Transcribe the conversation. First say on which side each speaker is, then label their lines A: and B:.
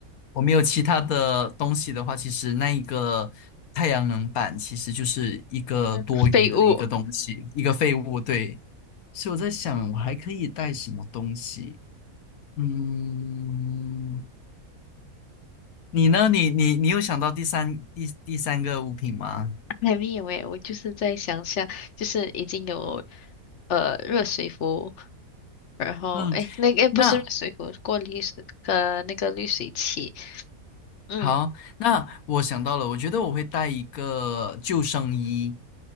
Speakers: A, on the left; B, on the left.
A: 我没有其他的东西的话，其实那一个太阳能板其实就是一个多余的一个东西，
B: <laughs> 废物。
A: 一个废物。对，所以我在想，我还可以带什么东西？嗯，你呢？你你你有想到第三第第三个物品吗？
B: 还没有诶，我就是在想象，就是已经有呃热水壶，然后诶，
A: 嗯，
B: 那个不是热水壶，
A: 那
B: 过滤水呃那个滤水器，嗯
A: 好，那我想到了，我觉得我会带一个救生衣，